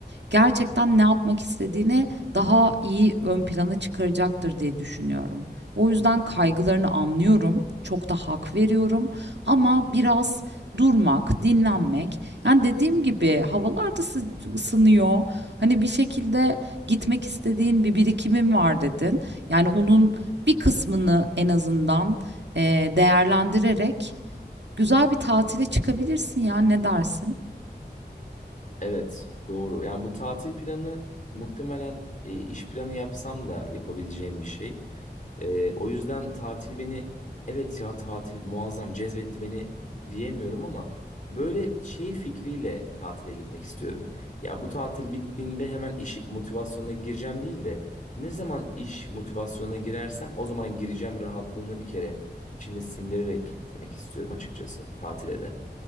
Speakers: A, on the right; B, on the left.
A: gerçekten ne yapmak istediğini daha iyi ön plana çıkaracaktır diye düşünüyorum. O yüzden kaygılarını anlıyorum. Çok da hak veriyorum ama biraz durmak, dinlenmek yani dediğim gibi havalar da sı- ısınıyor. Hani bir şekilde gitmek istediğin bir birikimin var dedin. Yani onun bir kısmını en azından e, değerlendirerek güzel bir tatile çıkabilirsin ya ne dersin?
B: Evet, doğru. Yani bu tatil planı muhtemelen e, iş planı yapsam da yapabileceğim bir şey. E, o yüzden tatil beni evet ya tatil muazzam cezbetti beni diyemiyorum ama böyle şey fikriyle tatile gitmek istiyorum. Ya bu tatil bittiğinde hemen iş motivasyonuna gireceğim değil de ne zaman iş motivasyonuna girersem o zaman gireceğim rahatlığını bir kere içimde sindirerek gitmek istiyorum açıkçası tatile de.